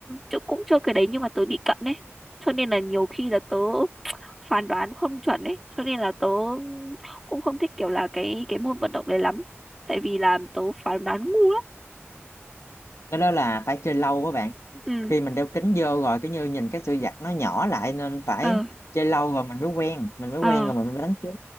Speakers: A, in the centre; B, on the left.
A: chứ cũng chơi cái đấy nhưng mà tớ bị cận ấy cho nên là nhiều khi là tớ <tsk> phán đoán không chuẩn ấy cho nên là tớ cũng không thích kiểu là cái cái môn vận động đấy lắm tại vì là tớ phán đoán ngu lắm
B: cái đó là phải chơi lâu các bạn
A: ừ
B: khi mình đeo kính vô rồi cứ như nhìn cái sự vật nó nhỏ lại nên phải
A: ờ
B: chơi lâu rồi mình mới quen mình mới
A: ờ
B: quen rồi mình mới đánh trúng